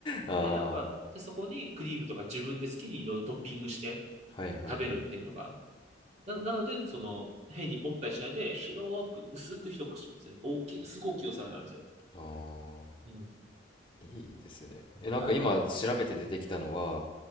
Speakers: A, on the left; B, on the right.
A: ああ、
B: で、やっぱ、で、そこにクリームとか自分で好きにいろいろトッピングして
A: はいはいはい。
B: 食べるっていうのが、な、なので、その、変に折ったりしないで、広く、薄く広くしてるんですよね。大きい、すごい大きいお皿なんですよ。
A: あ
B: うん。
A: あ、いいですね。え、なんか今調べて出てきたのは、
B: はい。